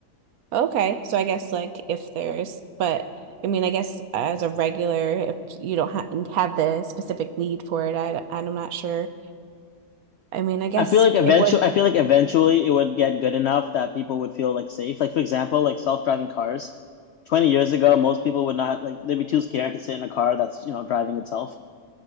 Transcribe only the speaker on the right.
Okay, so I guess like if there's, but I mean, I guess as a regular, if you don't ha have the specific need for it, I I'm not sure. I mean, I guess
it would.